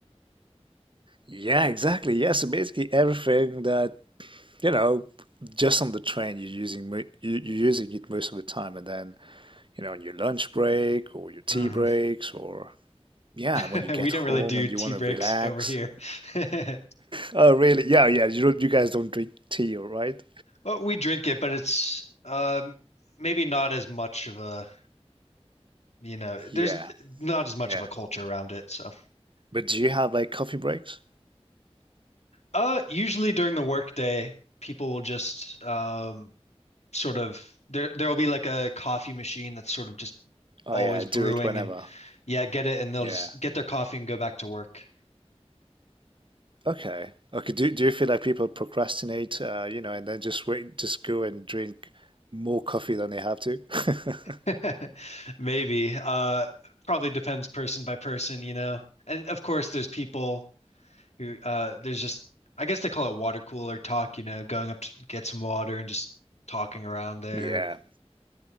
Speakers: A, on the right; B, on the left.
A: Yeah, exactly. Yeah, so basically everything that you know, just on the train, you're using mo- you, you're using it most of the time, and then you know on your lunch break or your tea
B: hmm
A: breaks or yeah
B: <laughs>
A: when you get
B: We don't
A: home
B: really do
A: and
B: tea
A: you want
B: breaks
A: to relax.
B: over here.
A: <laughs>
B: <laughs>
A: Oh, really? Yeah, yeah. You don't, you guys don't drink tea, all right?
B: Well, we drink it, but it's um, maybe not as much of a, you know, there's
A: Yeah,
B: not as much
A: yeah.
B: of a culture around it. So,
A: But do you have like coffee breaks?
B: uh, usually during the workday, people will just um, sort of there there will be like a coffee machine that's sort of just
A: Oh
B: always
A: yeah, do
B: brewing
A: it whenever.
B: and yeah, get it and they'll
A: Yeah.
B: just get their coffee and go back to work.
A: Okay. Okay. Do do you feel like people procrastinate, uh, you know, and then just wait, just go and drink more coffee than they have to? <laughs>
B: <laughs> Maybe. Uh probably depends person by person, you know. And of course there's people who uh there's just I guess they call it water cooler talk, you know, going up to get some water and just talking around there.
A: Yeah.